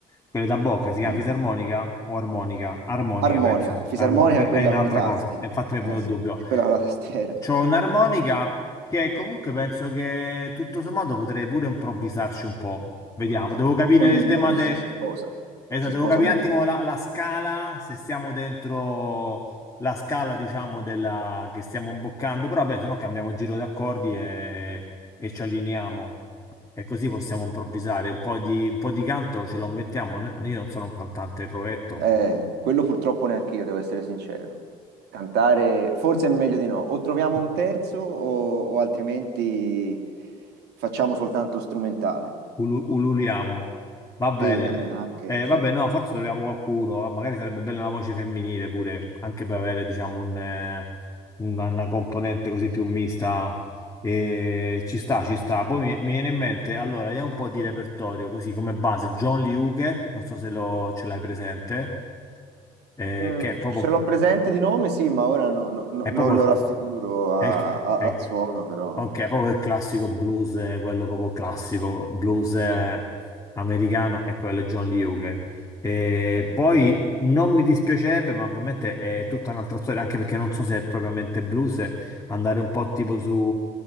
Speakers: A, on the left; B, on the right.
A: quelle da bocca, si chiama
B: Mm.
A: fisarmonica o armonica? Armonica,
B: Armonica,
A: penso,
B: fisarmonica
A: Armo- è
B: è quella
A: un'altra
B: con i tasti.
A: cosa, E infatti mi
B: Eh
A: è venuto
B: sì,
A: il dubbio.
B: è quella con la tastiera.
A: C'ho un'armonica che comunque penso che tutto sommato potrei pure improvvisarci un po'. Vediamo,
B: Ma- ma
A: devo capire
B: Con il
A: il tema
B: blues
A: de...
B: si sposa,
A: Esatto,
B: si
A: devo
B: sposa
A: capire
B: molto
A: un attimo
B: bene.
A: la, la scala, se siamo dentro la scala, diciamo, della... che stiamo imboccando, però vabbè, se no cambiamo giro di accordi e, e ci allineiamo. E così possiamo improvvisare. Un po' di, un po' di canto ce lo inventiamo. N- Io non sono un cantante provetto.
B: Eh, quello purtroppo neanche io, devo essere sincero. Cantare forse è meglio di no. O troviamo
A: <laughs>
B: un terzo o, o altrimenti facciamo soltanto strumentale.
A: Ulu- ululiamo. Va bene.
B: Sì, eh, anche.
A: Eh, vabbè, no, forse troviamo qualcuno. Ah, Magari sarebbe bella una voce femminile pure, anche per avere, diciamo, un, eh, una, una componente così più mista. Eh, ci sta, ci sta. Poi mi, mi viene in mente, allora, andiamo un po' di repertorio, così come base. John Lee Hooker, non so se lo, ce l'hai presente, eh,
B: Mm,
A: che è
B: ce
A: proprio,
B: l'ho presente di nome, sì, ma ora no- no- no-
A: è
B: non
A: proprio
B: lo
A: il,
B: raffiguro a-
A: è il-
B: a-
A: è
B: al
A: il
B: suono, però.
A: Ok, proprio il classico blues, eh, quello proprio classico, blues
B: Ok,
A: eh, americano e quello è John Lee Hooker. E
B: ok, ok.
A: poi non mi dispiacerebbe, ma ovviamente è tutta un'altra storia, anche perché non so se è propriamente blues, eh, andare un po' tipo su